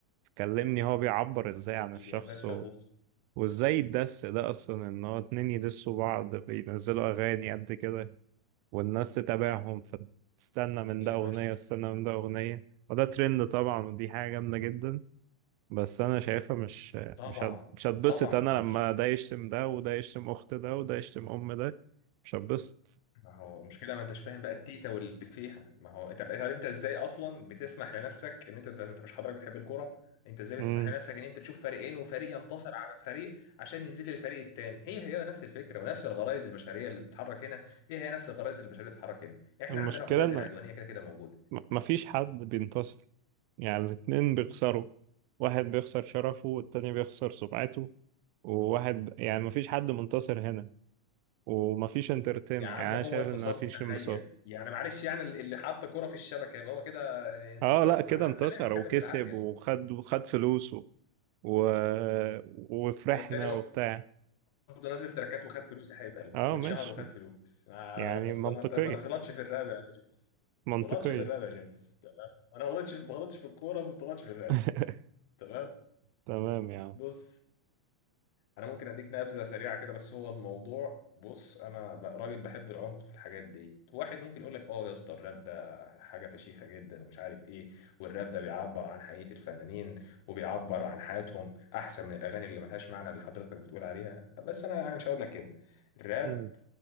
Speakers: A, on the right; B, on the left.
A: كلمني هو بيعبر ازاي عن
B: يا
A: الشخص
B: باشا
A: و...
B: بص
A: وازاي الدس ده اصلا ان هو اتنين يدسوا بعض بينزلوا اغاني قد كده والناس تتابعهم فتستنى من
B: ايه
A: ده اغنية
B: يا باشا
A: وتستنى من ده اغنية وده ترند طبعا ودي حاجة جامدة جدا بس انا شايفها مش
B: طبعا
A: مش هت- مش هتبسط
B: طبعا
A: انا
B: يا باشا
A: لما ده يشتم ده وده يشتم اخت ده وده يشتم ام ده مش هتبسط
B: ما هو المشكله ما انتش فاهم بقى التيتا واللي فيها ما هو طب طب انت ازاي اصلا بتسمح لنفسك ان انت ده انت مش حضرتك بتحب الكوره انت ازاي بتسمح
A: امم
B: لنفسك ان انت تشوف فريقين وفريق ينتصر على فريق عشان يذل الفريق التاني هي هي نفس الفكره ونفس الغرائز البشريه اللي بتتحرك هنا هي هي نفس الغرائز البشريه اللي بتتحرك هنا احنا
A: المشكله
B: عندنا غرائز
A: ان
B: العدوانيه كده كده موجوده
A: م- مفيش حد بينتصر يعني الاتنين بيخسروا واحد بيخسر شرفه والتاني بيخسر سمعته وواحد يعني مفيش حد منتصر هنا ومفيش انترتينمنت
B: يا عم
A: يعني انا
B: هو
A: شايف
B: انتصار
A: ان مفيش
B: متخيل
A: انبساط
B: يعني معلش يعني اللي حط كرة في الشبكه يبقى هو كده انتصر
A: اه لا كده
B: ما
A: انتصر
B: تخلينا نتكلم
A: وكسب
B: بالعقل يعني
A: وخد وخد فلوسه و... وفرحنا
B: ما هو التاني
A: وبتاع
B: برضه نازل تراكات وخد فلوس يا حبيب قلبي
A: اه
B: واتشهر
A: ماشي
B: وخد فلوس ما
A: يعني
B: لا مؤاخذة،
A: منطقية
B: ما انت ما تغلطش في الراب يا جيمس
A: منطقية
B: ما تغلطش في الراب يا جيمس تمام انا ما غلطتش ما غلطتش في الكوره ما غلطتش في الراب
A: <laughs>
B: تمام
A: تمام يا عم
B: بص انا ممكن اديك نبذه سريعه كده بس هو الموضوع بص انا ب- راجل بحب العمق في الحاجات دي واحد ممكن يقول لك اه يا اسطى الراب ده حاجه فشيخه جدا ومش عارف ايه والراب ده بيعبر عن حقيقه الفنانين وبيعبر عن حياتهم احسن من الاغاني اللي ملهاش معنى اللي حضرتك بتقول عليها بس انا انا مش هقول لك كده الراب
A: مم.